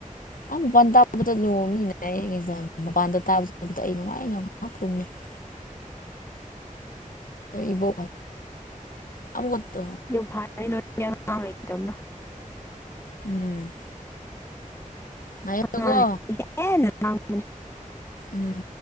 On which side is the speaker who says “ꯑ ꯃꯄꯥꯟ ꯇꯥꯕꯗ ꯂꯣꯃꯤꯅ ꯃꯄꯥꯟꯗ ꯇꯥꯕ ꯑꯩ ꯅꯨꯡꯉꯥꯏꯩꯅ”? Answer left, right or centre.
Left